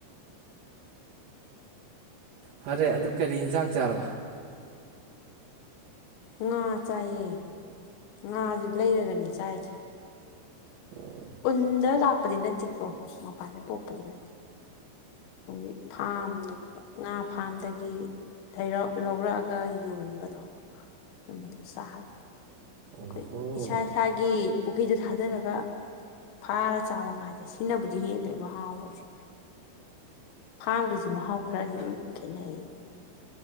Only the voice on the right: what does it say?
ꯐꯔꯦ ꯑꯗꯨ ꯀꯔꯤ ꯌꯦꯟꯁꯥꯡ ꯆꯥꯔꯕ
ꯎ
ꯑꯣꯍꯣ